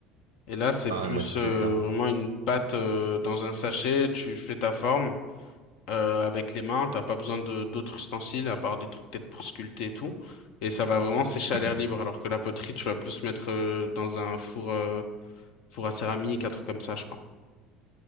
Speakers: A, on the left (about 55°); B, on the right (about 75°).
A: Et là, c'est
B: Ah
A: plus
B: ouais, moi c'était
A: euh,
B: ça.
A: vraiment une pâte euh, dans un sachet, tu fais ta forme euh, avec les mains, t'as pas besoin de d'autres ustensiles, à part des trucs peut-être pour sculpter et tout. Et ça va vraiment sécher à
B: Hmm.
A: l'air libre, alors que la poterie, tu vas plus mettre euh, dans un four... euh, four à céramique, un truc comme ça, je crois.